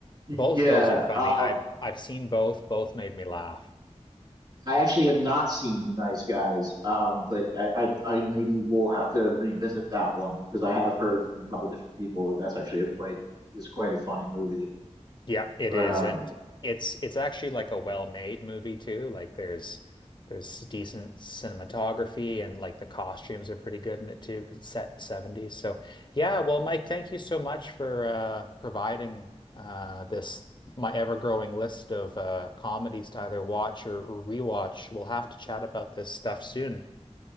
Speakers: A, on the right; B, on the left.
A: y-
B: Both
A: yeah.
B: those are funny.
A: Um
B: I've I've seen both. Both made me laugh.
A: I actually have not seen The Nice Guys, um, but I, I, I maybe will have to revisit that one because I have heard from a couple different people that that's actually a quite is quite a funny movie.
B: Yeah, it
A: But
B: is,
A: um,
B: and it's it's actually like a well-made movie too. Like there's there's decent cinematography and like the costumes are pretty good in it too because it's set in the 70s. So yeah, well, Mike, thank you so much for uh, providing uh, this my ever-growing list of uh, comedies to either watch or, or rewatch. We'll have to chat about this stuff soon.